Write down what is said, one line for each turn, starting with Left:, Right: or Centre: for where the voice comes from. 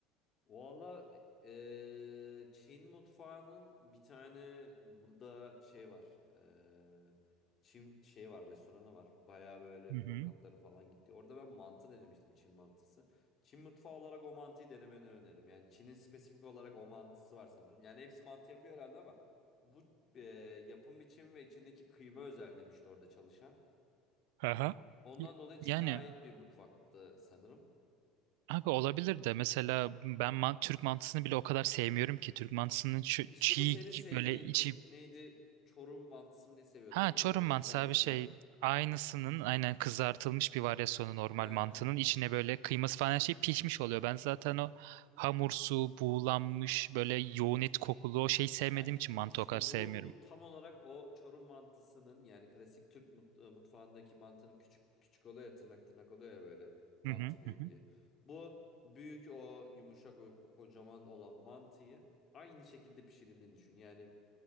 Left: Valla eee, Çin mutfağının bir tane burada şey var. Eee, Çin şey var restoranı var. Baya böyle
Right: Hı hı.
Left: bürokratların falan gitti. Orada ben mantı denemiştim Çin mantısı. Çin mutfağı olarak o mantıyı denemeni öneririm. Yani Çin'in spesifik olarak o mantısı var sanırım. Yani hepsi mantı yapıyor herhalde ama bu eee, yapım biçimi ve içindeki kıyma özel demişti orada çalışan.
Right: Aha.
Left: Ondan dolayı Çin'e
Right: Yani
Left: ait bir mutfaktı sanırım.
Right: Abi olabilir de mesela ben man- Türk mantısını bile o kadar sevmiyorum ki. Türk mantısının şu
Left: İşte
Right: çiğ
Left: bu seni sevdiğin.
Right: böyle içi...
Left: Bu neydi? Çorum mantısı mı ne seviyordun
Right: Ha
Left: değil
Right: Çorum
Left: mi? Böyle kızartılıyor.
Right: mantısı abi şey aynısının aynen kızartılmış bir varyasyonu normal
Left: He.
Right: mantının içine böyle kıyması falan her şey pişmiş oluyor. Ben zaten o hamursu, buğulanmış böyle yoğun et kokulu o şeyi sevmediğim
Left: Aynen
Right: için mantı
Left: işte
Right: o kadar sevmiyorum.
Left: bu bu tam olarak o Çorum mantısının yani klasik Türk mut- e, mutfağındaki mantının küçük küçük oluyor ya tırnak tırnak oluyor ya böyle mantı
Right: Hı hı
Left: büyüklüğü.
Right: hı. hı.
Left: Bu büyük o yumuşak böyle kocaman olan mantıyı aynı şekilde pişirildiğini düşün. Yani